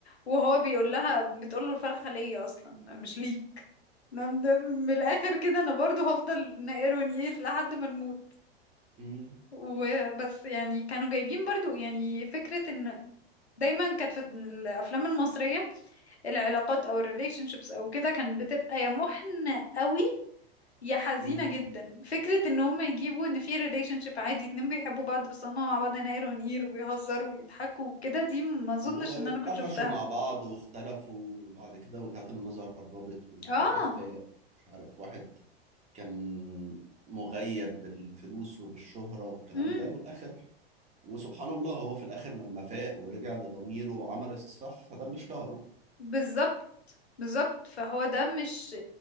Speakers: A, on the left; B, on the right.
A: وهو بيقول لها بتقول له الفرخة ليا اصلا مش ليك أنا من من الاخر كده انا برضو هفضل نقر ونقير لحد ما نموت
B: مم.
A: وبس يعني كانوا جايبين برضو يعني فكرة ان دايما كانت في الافلام المصرية العلاقات او الريليشن شيبس او كده كانت بتبقى يا محنة قوي يا حزينة
B: مم.
A: جدا فكرة ان هم يجيبوا ان في ريليشن شيب عادي اتنين بيحبوا بعض بس هما مع بعض هنا قير ونقير وبيهزروا ويضحكوا وكده دي ما اظنش
B: وقفشوا
A: ان انا كنت شفتها
B: مع بعض واختلفوا وبعد كده وجهات النظر قربت وواحد
A: اه
B: فاق مش عارف واحد كان مغيب بالفلوس وبالشهرة والكلام
A: امم
B: ده والآخر وسبحان الله هو في الآخر لما فاق ورجع لضميره وعمل الصح فده اللي شهره
A: بالظبط بالظبط فهو ده مش